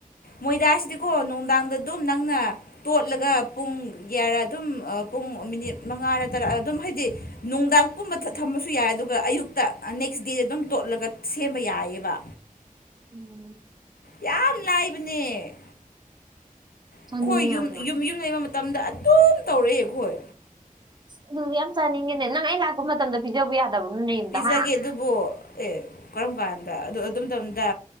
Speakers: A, on the left; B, on the right.
A: ꯃꯣꯏꯗꯥꯁꯤꯗꯤꯀꯣ ꯅꯨꯡꯗꯥꯡꯗ ꯑꯗꯨꯝ ꯅꯪꯅ ꯇꯣꯠꯂꯒ ꯄꯨꯡ ꯌꯥꯌꯥꯔ ꯑꯗꯨꯝ ꯄꯨꯡ ꯃꯤꯅꯤꯠ ꯃꯉꯥꯔ ꯇꯥꯔꯛ ꯑꯗꯨꯝ ꯍꯥꯏꯗꯤ ꯅꯨꯡꯗꯥꯡ ꯄꯨꯝꯕ ꯊꯝꯕꯁꯨ ꯌꯥꯏ ꯑꯗꯨꯒ ꯑꯌꯨꯛꯇ ꯅꯦꯛꯁ ꯗꯦꯗ ꯑꯗꯨꯝ ꯇꯣꯠꯂꯒ ꯁꯦꯝꯕ ꯌꯥꯏꯌꯦꯕ
B: ꯎꯝ
A: ꯌꯥꯝ ꯂꯥꯏꯕꯅꯦ
B: ꯆꯥꯅꯤꯡꯉꯦ
A: ꯑꯩꯈꯣꯏ ꯌꯨꯝ
B: ꯌꯥꯝꯅ
A: ꯌꯨꯝ ꯌꯨꯝ ꯂꯩꯕ ꯃꯇꯝꯗ ꯑꯗꯨꯝ ꯇꯧꯔꯛꯑꯦ ꯑꯩꯈꯣꯏ
B: ꯑꯗꯨꯗꯤ ꯌꯥꯝ ꯆꯥꯅꯤꯡꯉꯤꯅꯦ ꯅꯪ ꯑꯩ ꯂꯥꯛꯄ ꯃꯇꯝꯗ ꯄꯤꯖꯕ ꯌꯥꯗꯕꯅꯅꯦꯝꯗ
A: ꯄꯤꯖꯒꯦ
B: ꯍꯥ
A: ꯑꯗꯨꯕꯨ ꯑꯦ ꯀꯔꯝ ꯀꯥꯟꯗ ꯑꯗꯨ ꯑꯗꯨꯝ ꯃꯇꯝꯝꯗ